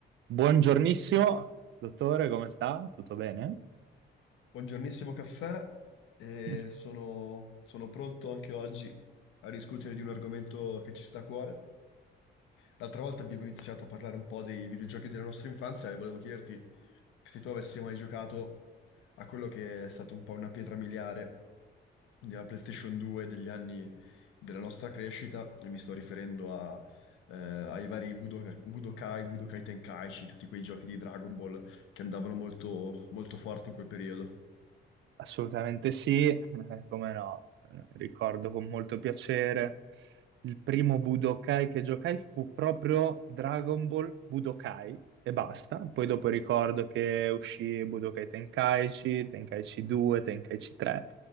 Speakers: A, on the right (about 70°); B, on the left (about 85°).
A: Buongiornissimo, dottore, come sta? Tutto bene?
B: Buongiornissimo caffè, e
A: <laughs>
B: sono, sono pronto anche oggi a discutere di un argomento che ci sta a cuore. L'altra volta abbiamo iniziato a parlare un po' dei videogiochi della nostra infanzia e volevo chiederti se tu avessi mai giocato a quello che è stato un po' una pietra miliare della PlayStation 2 degli anni della nostra crescita, e mi sto riferendo a, eh, ai vari Budoka- Budokai, Budokai Tenkaichi, tutti quei giochi di Dragon Ball che andavano molto molto forti in quel periodo.
A: Assolutamente sì, eh, come no. Eh, Ricordo con molto piacere il primo Budokai che giocai fu proprio Dragon Ball Budokai e basta. Poi dopo ricordo che uscì Budokai Tenkaichi, Tenkaichi 2, Tenkaichi 3.